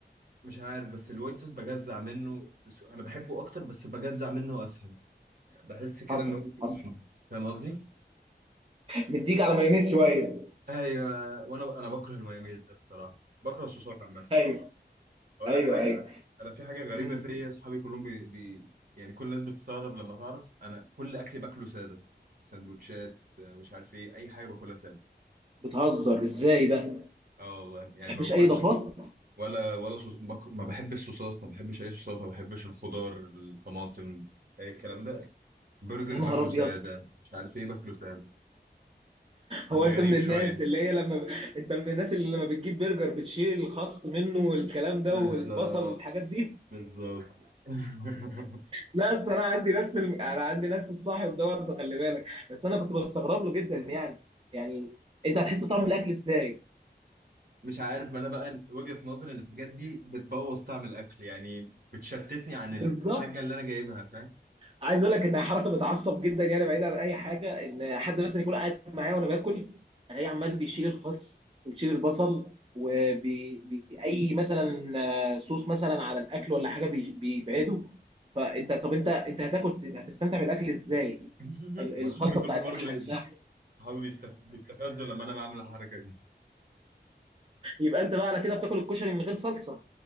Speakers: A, on the right; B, on the right.
A: مش عارف بس الوايت صوص بجزع منه بس انا بحبه اكتر بس بجزع منه اسهل بحس كده
B: حصل
A: ان هو تقيل
B: حصل
A: فاهم قصدي
B: مديك على مايونيز شويه
A: ايوه وانا انا بكره المايونيز ده الصراحة بكره الصوصات عامة
B: ايوه
A: اقول
B: ايوه
A: لك حاجه
B: ايوه
A: انا في حاجه غريبه
B: امم
A: فيا اصحابي كلهم بي... بي... يعني كل الناس بتستغرب لما تعرف انا كل اكلي باكله ساده سندوتشات آه، مش عارف ايه اي حاجه باكلها ساده
B: بتهزر ازاي ده ما
A: اه والله يعني
B: بتحبش
A: ما باكلش
B: اي اضافات
A: ولا ولا صوص بك... ما بحبش الصوصات ما بحبش اي صوصات ما بحبش الخضار الطماطم اي الكلام ده برجر
B: يا نهار
A: باكله
B: ابيض
A: ساده
B: <laughs>
A: مش عارف ايه باكله ساده انا
B: هو انت
A: غريب
B: من الناس
A: شويه
B: اللي هي لما ب... انت من الناس اللي لما بتجيب برجر بتشيل الخس منه والكلام ده
A: بالظبط
B: والبصل والحاجات دي
A: بالظبط <laughs>
B: لا بس انا عندي نفس ال... انا عندي نفس الصاحب ده برضه خلي بالك بس انا كنت بستغرب له جدا يعني يعني انت هتحس بطعم الاكل ازاي
A: مش عارف ما انا بقى وجهة نظري ان الحاجات دي بتبوظ طعم الاكل يعني بتشتتني عن
B: بالظبط
A: الحاجة اللي انا جايبها فاهم
B: عايز اقول لك ان حركه بتعصب جدا يعني بعيدا عن اي حاجه ان حد مثلا يكون قاعد معايا وانا باكل الاقيه عمال بيشيل الخس ويشيل البصل وبأي مثلا آه، صوص مثلا على الاكل ولا حاجه بي- بيبعده فانت طب انت انت هتاكل هتستمتع بالاكل ازاي؟
A: <laughs>
B: ال- الخلطه
A: واصحابي كلهم
B: بتاع الاكل
A: برضو بي-
B: نفسها
A: صحابي بيستف... بيستفزوا لما انا بعمل الحركة دي
B: يبقى انت بقى على كده بتاكل الكشري من غير صلصه